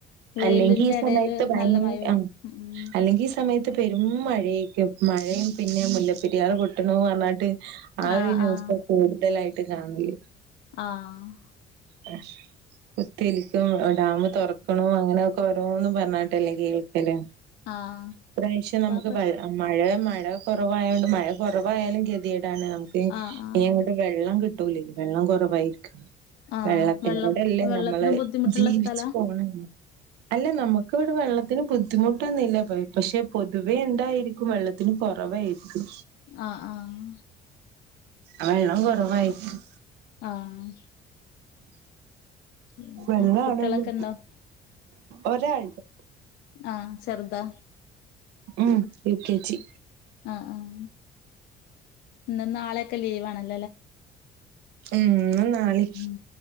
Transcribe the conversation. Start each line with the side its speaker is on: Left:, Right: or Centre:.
Left: വെയിലിന്റെ
Right: അല്ലെങ്കി ഈ സമയത്ത്
Left: എടേല്
Right: ഭയ
Left: നല്ല മഴ പെയ്യും
Right: ആഹ്
Left: ഉം
Right: അല്ലെങ്കി ഈ സമയ പേരും മഴയേക്ക് മഴയും പിന്നെ മുല്ലപ്പെരിയാറ് പൊട്ടണതും പറ ആ ഒരു
Left: ആഹ്
Right: ന്യൂസ്
Left: ആഹ്
Right: കൂടുതലായിട്ട് കാണല്
Left: ആഹ്
Right: ഹ് കുത്തിരിക്കും ഡാം തുറക്കണോ അങ്ങനെയൊക്കെ ഓരോന്ന് പറഞ്ഞാട്ടല്ലേ കേൾക്കല്
Left: ആഹ്
Right: ഇപ്രാവ്ശ്യം
Left: ഇപ്പാ
Right: നമ്മുക്ക്
Left: പ്രശ്
Right: മഴ മഴ മഴ കുറവായണ്ട് മഴ കൊറവായാലും കെത്യേടാണ് നമുക്ക് ഇനി
Left: ആഹ് ആഹ്
Right: അങ്ങോട്ട് വെള്ളം കിട്ടൂലെ ലെ വെള്ളം കൊറവായിരിക്കും
Left: ആഹ്
Right: വെള്ളത്തിനോട്ല്ലേ
Left: വെള്ളം വെള്ളത്തിന്
Right: നമ്മള്
Left: ബുദ്ധിമുട്ടുള്ള
Right: ജീവിച്ചു
Left: സ്ഥലാ
Right: പോണെ അല്ല നമുക്ക് ഇവടെ വെള്ളത്തിന് ബുദ്ധിമുട്ടൊന്നില്ല പോയി പക്ഷെ പൊതുവെ ഇണ്ടായിരിക്കും വെള്ളത്തിന് കൊറവേയ്ക്കും
Left: ആഹ് ആഹ്
Right: ആഹ് ള്ളം കൊറവായിരിക്കും
Left: ആഹ് പിന്നെ
Right: വെള്ളം
Left: കുട്ടികളൊക്കെ
Right: ആണെങ്കി
Left: ഇണ്ടോ
Right: ഒരാള്ണ്ട്
Left: ആഹ് ചെറുതൊ
Right: ഉം യു കെ ജി
Left: അഹ് ആഹ് ഇന്നും നാളെക്കെ ലീവ് ആണല്-
Right: ഉം ഇന്നും നാളി
Left: ഉം